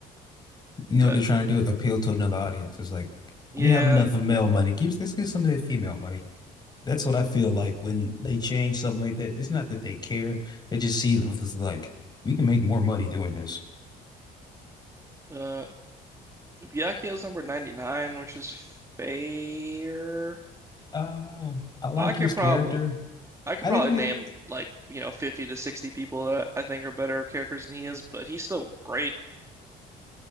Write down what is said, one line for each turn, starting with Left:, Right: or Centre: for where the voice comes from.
Left: you know
Right: but
Left: what they're trying to do? Appeal to another audience. It's like
Right: yeah
Left: we have enough of male money. Give let's get some of that female money. That's what I feel like when they change something like that. It's not that they care. They just see it as like we can make more money doing this.
Right: uh Byakuya is number 99 which is fair
Left: Uh, I like
Right: I could
Left: his character.
Right: probably I could
Left: I didn't
Right: probably
Left: really.
Right: name like, you know, 50 to 60 people that I think are better characters than he is, but he's still great.